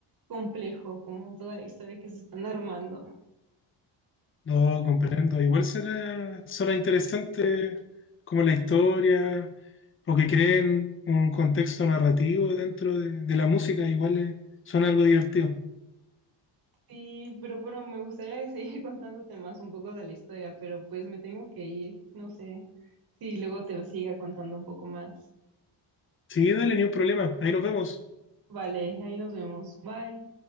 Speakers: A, on the right; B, on the left.
A: complejo como toda la historia que se están armando.
B: No comprendo. Igual será, será interesante como la historia o que creen un contexto narrativo dentro de, de la música. Igual eh, suena algo divertido.
A: Sí, pero bueno, me gustaría seguir <laughs> contándote más un poco de la historia, pero pues me tengo que ir, no sé si luego te siga contando un poco más.
B: Sí, dale, ni un problema. Ahí nos vemos.
A: Vale, ahí nos vemos. Bye.